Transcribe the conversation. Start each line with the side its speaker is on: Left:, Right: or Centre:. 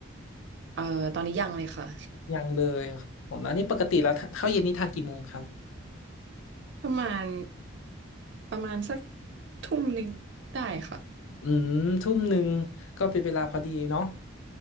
Right: เออตอนนี้ยังเลยค่ะ
Left: ยังเลยครับผมแล้วนี่ปกติแล้วทานข้าวเย็นนี่ทานกี่โมงครับ
Right: <laughs> ประมาณประมาณสักทุ่มหนึ่งได้ค่ะ
Left: อืมทุ่มหนึ่งก็เป็นเวลาพอดีเนาะ